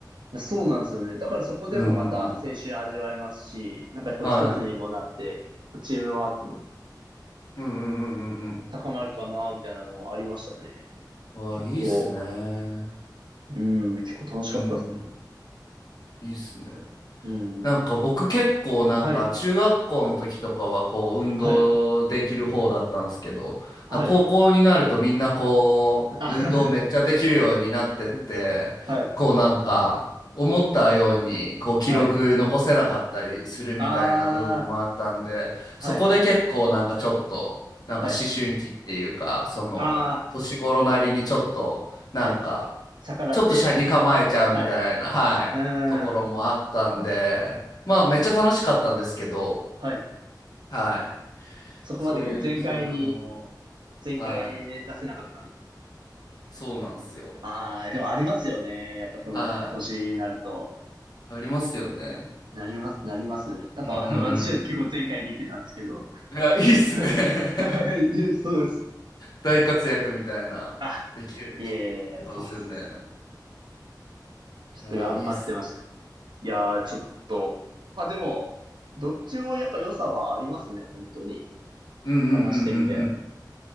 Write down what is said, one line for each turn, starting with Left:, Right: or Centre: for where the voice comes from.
Right: あ、そうなんですよね。だからそこでもまた青春味わえますし、
Left: うんうんうん。
Right: なんかこう一つにもなって、
Left: はい。
Right: こうチームワークも
Left: うんうんうんうん
Right: 高まるかな、みたいなのはありましたね。
Left: うん。わあ、
Right: 結構、
Left: いいっすね。
Right: うん、結構楽しかったっすよ。
Left: うん。いいっすね。
Right: うん。
Left: なんか僕結構なんか中学校の時とかはこう運動できる方だったんですけど、
Right: はい。はい。はい。
Left: なんか高校になるとみんなこう運動めっちゃできるようになってって、
Right: あ、<laughs> はい。
Left: こうなんか思ったようにこう記録残せなかったりするみたいな部分もあったんで、
Right: はい。ああ、
Left: そこで結構なんかちょっとなんか思春期っていうか、
Right: はい。はい。
Left: その年頃なりにちょっとなんか
Right: ああ、はい。逆らって、
Left: ちょっと車に構えちゃうみたいな、
Right: はい。う
Left: はい、
Right: ーん、
Left: ところもあったんで、まあめっちゃ楽しかったんですけど、
Right: はい。
Left: はい、
Right: そこまでこう全開に、
Left: そういう記憶も、
Right: 全開で出せなかったんで。
Left: はい、そうなんですよ。
Right: ああ、でもありますよね。やっぱその年になると。
Left: はい、ありますよね。
Right: なります、なります。なんか
Left: うんう
Right: <laughs> 私は結構全開で言ってたんですけど。
Left: んうん。いや、いいっすね。
Right: <laughs> はい、
Left: <laughs>
Right: いやそうです。
Left: 大活躍みたいな、
Right: あ、
Left: できるってことですよね。
Right: いえいえ、そうっす。ちょっと頑張ってましたね。
Left: いや、いいっすね。
Right: いやー、ちょっと。まあでも、どっちもやっぱ良さはありますね、本当に。
Left: うんうんうんうん
Right: 話してみて。
Left: うん。